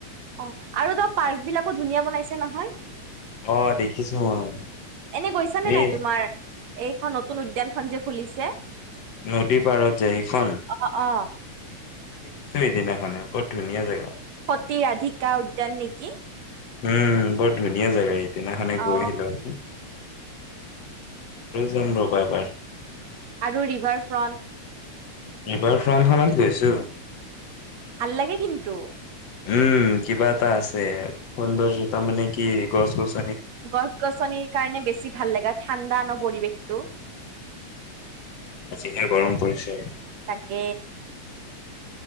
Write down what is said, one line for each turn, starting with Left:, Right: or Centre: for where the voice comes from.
Right: অ আৰু তাৰ পাৰ্ক বিলাকো ধুনীয়া বনাইছে নহয়
Left: অ', দেখিছো মই।
Right: এনে গৈছানে
Left: এই
Right: নাই তোমাৰ এইখন নতুন উদ্যান খখন যে খুলিছে
Left: নদী পাৰত যোয় সখন দেখিছো
Right: অ অ
Left: এইদিনাখনে বহু ধুনীয়া জগা
Right: সতী ৰাধিকা উদ্যান নেকি
Left: উম বৰ ধুনীয়া জাগা এই তেনাখনে
Right: অ
Left: কৈ আহিলো আৰুি যাম ৰব এবাৰ
Right: আৰু ৰিভাৰ ফ্ৰণ্ট
Left: এইবাৰ ফ্ৰণ্টখনত গৈছো
Right: ভাল লাগে কিন্তু
Left: উম কিবা এটা আছে সুন্দৰ্য জোতা মানে কি গছ গছ
Right: গছ গছনিৰ কাৰণে বেছি ভাল লাগে ঠাণ্ডা ন পৰিৱেশটো
Left: স গৰম পৰিছে
Right: তাকে